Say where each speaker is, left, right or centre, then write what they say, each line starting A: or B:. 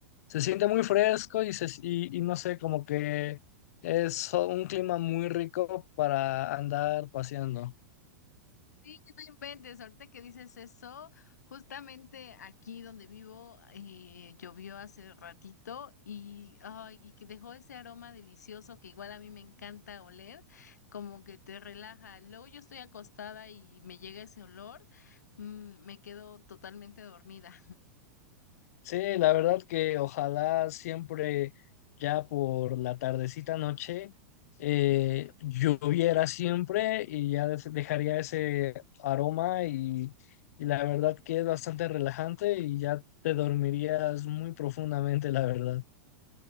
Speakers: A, on the left; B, on the left.
A: se siente muy fresco y, se, y, y no sé, como que es un clima muy rico para andar paseando.
B: Sí, no inventes, ahorita que dices eso, justamente aquí donde vivo eh, llovió hace ratito y, ay, y que dejó ese aroma delicioso que igual a mí me encanta oler, como que te relaja. Luego yo estoy acostada y me llega ese olor, mm, me quedo totalmente dormida.
A: Sí, la verdad que ojalá siempre ya por la tardecita noche eh, lloviera siempre y ya des- dejaría ese aroma y, y la verdad que es bastante relajante y ya te dormirías muy profundamente, la verdad.